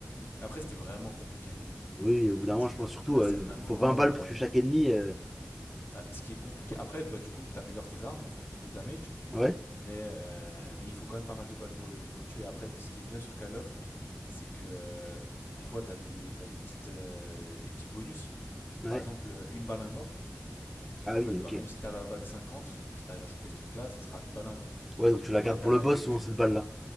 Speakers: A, on the left (about 45°); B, in the centre.
A: Après, c'était vraiment compliqué.
B: Oui, oui, au bout d'un
A: Parce
B: moment,
A: qu'au
B: je pense surtout,
A: bout d'un
B: euh,
A: certain
B: il
A: moment,
B: faut 20 balles
A: euh,
B: pour tuer chaque ennemi. euh.
A: bah, ce qui est compliqué. Après, bah, du coup, tu améliores tes armes, elles font plus de damage.
B: Ouais,
A: Mais, euh, mais il faut quand même pas mal de balles pour le, pour le tuer. Après, ce qui est bien sur Call of, c'est que euh, des fois, tu as, des, t'as des, petites, euh, des petits bonus. Donc,
B: ouais.
A: par exemple, euh, une balle, un mort. Et
B: Ah
A: en
B: oui,
A: fait,
B: ok.
A: bah, même si tu as la vague 50, si tu arrives à choper ce truc-là, ce sera une balle, un mort.
B: Ouais, donc tu
A: Après,
B: la gardes
A: tu
B: pour
A: as
B: le
A: la
B: boss
A: nuque.
B: souvent cette balle là.